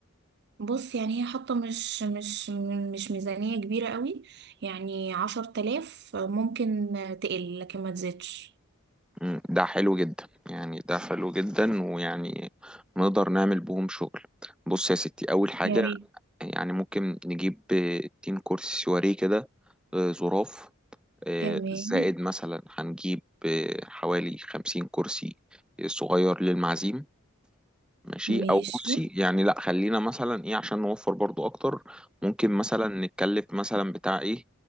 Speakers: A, on the right; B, in the centre.
A: بص يعني هي حاطة مش مش مش ميزانية كبيرة قوي يعني عشر تلاف ممكن تقل لكن ما تزيدش
B: مم، ده حلو جدا يعني ده حلو جدا ويعني نقدر نعمل بهم شغل بص يا ستي أول حاجة
A: يا ريت
B: يعني ممكن نجيب آه، تين كرسي سواريه كده آه، زراف آه،
A: تمام
B: زائد مثلا هنجيب آه، حوالي خمسين كرسي صغير للمعازيم ماشي
A: ماشي
B: او بصي يعني لا خلينا مثلا ايه عشان نوفر برضو اكتر ممكن مثلا نتكلف مثلا بتاع ايه